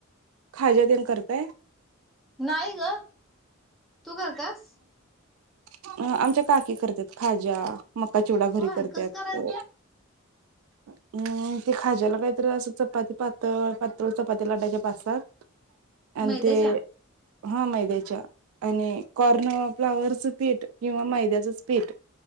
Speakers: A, on the right (about 80°); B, in the centre.
A: खाज्या तेन करताय
B: नाही ग तू करत्यास
A: अ आमच्या काकी करत्यात खाजा, मक्का चिवडा घरी
B: होय
A: करत्यात.
B: कसं करायचं? <inaudible>
A: अं ते खाज्याला काहीतरी असं चपाती पातळ पातळ चपात्या लाटायच्या पाच-सात आणि
B: मैद्याच्या
A: ते हा मैद्याच्या आणि कॉर्न फ्लावरर्स पीठ किंवा मैद्याचंच पीठ